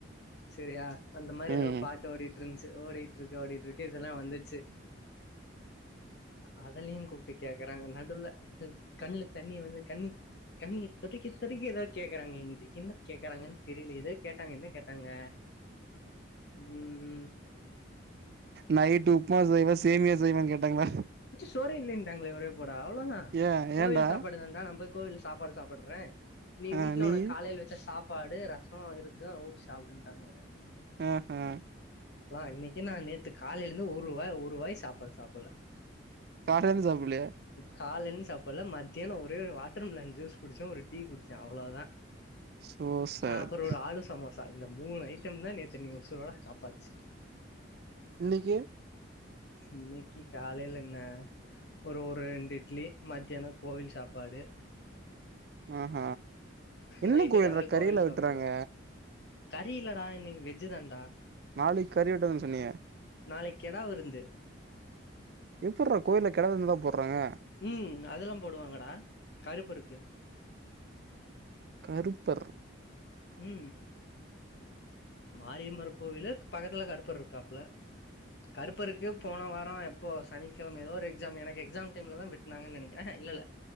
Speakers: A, on the left; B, on the right.
A: செரியா அந்த மாரி
B: ம்
A: ஏதோ பாட்டு ஓடிட்டு இருந்துச்சு ஓடிட்டு இருக்கு ஓடிட்டு இருக்கு இதெல்லாம் வந்துச்சு அதலயும் கூப்பிட்டு கேக்குறாங்க நடுவுல இது கண்ணுல தண்ணி வந்து கண்ணி கண்ணிர் துடைக்க ஏதது கேக்குறாங்க என்ன கேக்குறங்கன்னு தெரியல ஏதோ கேட்டாங்கன கேட்ட தாங்க ம்ம்
B: நைட்டு உப்புமா செய்வா சேமியா செய்வனு கேட்டாங்களா
A: சோர இல்லன்ட்ங்கள ஒரே போ அவ்ளோதான்
B: ஏ
A: கோவில்
B: ஏன்டா
A: சாப்பாடு தண்டா நம் போய கோவில சாப்பாடு சாப்படுறேன் நீ
B: ஆ
A: வீட்ல
B: நீயி
A: உனக் காலையில வச்ச சாப்ப சாப்பாடு ரசம் இருக்கும் உச்ச சாப்டுனுடாங்க
B: ஆஹம் ஹம்
A: அப்ல்லாம் இன்னக்கி நான நேத்து காலைல இருந்து ஒரு வாய் ஒரு வாய் சாப்ப்பாடு சாப்டல
B: காரந்த சா புல்லையா
A: காலன்னு சாப்டல மத்தியானம் ஒரே வாட்டர் மெலன் ஜூஸ் குடிச்சேன் ஒரு டீ குடிச்சேன் அவ்ளோ தான்
B: சோ சேட்
A: அ அப்பரோ ஒரு ஆளு சமோசஸ் இந்த மூணு ஐட்டம் தான் நேத்து நீ உசூரோட காப்பாச்சு
B: இன்னக்கு
A: இன்னைக்கி காலைல என்ன ஒரு ஒரு ரெண்டு இட்லி மத்தியானம் கோவில் சாப்பாடு
B: ஆஹ என்ன
A: நைட்டுக்கு
B: கோயில்ற
A: அதே
B: கறியல
A: கோவில்
B: வெட்டுறாங்க
A: சாப்பாடு கறி இல்லடா இன்னக்கு வெஜ் தான்டா
B: நாளைக்கு கறிவிடதுன்னு சொன்னியே
A: நாளைக்கு கெடா விருந்து <unintelligible>
B: எப்டுற கோயிலல கிட விருந்துதான் போடுறாங்க
A: உம் அதல்லாம் போடுவாங்கடா கருப்பருக்கு
B: அறுப்பர்
A: உம் மாரியம்மர் கோவிலு பக்கத்துல கருப்பர் இருக்காப்புல கருப்பருக்கு போன வாரம் எப்போ சனிக்கிழம ஏதோ ஒரு எக்ஸாம் எனக்கு எக்ஸாம் டைம்ல தான் வெட்டுனாங்கன்னு நெனக்கிறேன் இல்லல்ல